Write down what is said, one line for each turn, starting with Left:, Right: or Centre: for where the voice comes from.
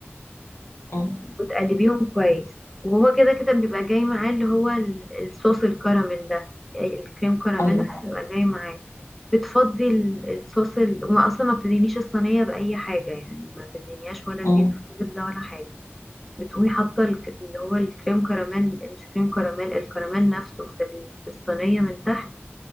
Left: مم.
Centre: وتقلبيهم كويس وهو كده كده بيبقى جاي معاه اللي هو ال- الصوص الكراميل ده أي الكريم كراميل
Left: أيوه
Centre: ده بيبقى جاي معاه بتفضي ال- الصوص ال... وما اصلا ما بتدينيش الصينيه باي حاجه يعني ما بتدينيهاش ولا
Left: مم.
Centre: زيت ولا زبده ولا حاجه بتقومي حاطه الك- اللي هو الكريم كراميل مش كريم كراميل الكراميل نفسه في ال- في الصينيه من تحت